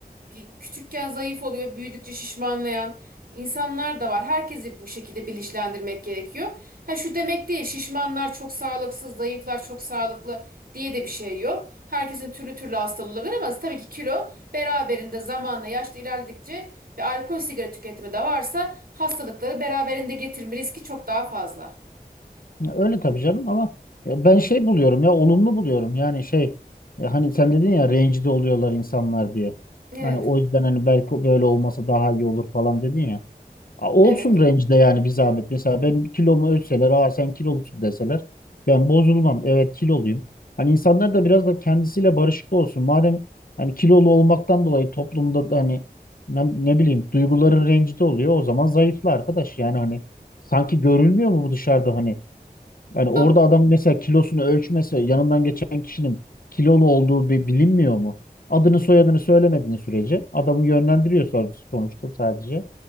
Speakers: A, on the right; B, on the left.
A: e, küçükken zayıf oluyor, büyüdükçe şişmanlayan insanlar da var. Herkesi bu şekilde bilinçlendirmek gerekiyor. Ha şu demek değil, şişmanlar çok sağlıksız, zayıflar çok sağlıklı diye de bir şey yok. Herkesin türlü türlü hastalığı olabilir ama tabii ki kilo beraberinde zamanla yaşlı ilerledikçe ve alkol sigara tüketimi de varsa hastalıkları beraberinde getirme riski çok daha fazla.
B: Ya Öyle tabii canım ama ya ben şey buluyorum ya olumlu buluyorum. Yani şey ya hani sen dedin ya rencide oluyorlar insanlar diye.
A: Evet,
B: Hani o yüzden hani belki böyle olmasa daha iyi olur falan dedin ya. A, Olsun
A: evet.
B: rencide yani bir zahmet. Mesela ben kilomu ölçseler, aa sen kilolusun deseler ben bozulmam. Evet kiloluyum. Hani insanlar da biraz da kendisiyle barışık olsun. Madem hani kilolu olmaktan dolayı toplumda da hani ne, ne bileyim duyguların rencide oluyor o zaman zayıfla arkadaş. Yani hani sanki görülmüyor mu bu dışarıda hani yani orada
A: Am-
B: adam mesela kilosunu ölçmese yanından geçen kişinin kilolu olduğu bi- bilinmiyor mu? Adını soyadını söylemediğin sürece adamı yönlendiriyor son- sonuçta sadece.